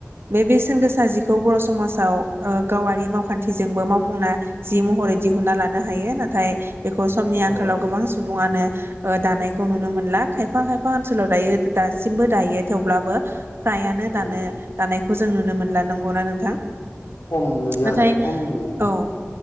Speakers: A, on the right (about 55°); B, on the left (about 65°).
A: बे बेसेन गोसा जिखौ बर' समाजाव ओ गावारि मावखान्थिजोंबो मावफुंना जि महरै दिहुनना लानो हायो नाथाय बेखौ समनि
B: औ
A: आंखालाव गोबां सु बुङानो ओ दानायखौ नुनो मोनला खायफा खायफा ओनसोलाव दायो दासिमबो दायो थेवब्लाबो फ्रायानो
B: उम
A: दानो दानायखौ जों नुनो मोनला नांगौना नों थां
B: उम खम नुयो
A: नाथाय
B: आरो खम नुयो
A: औ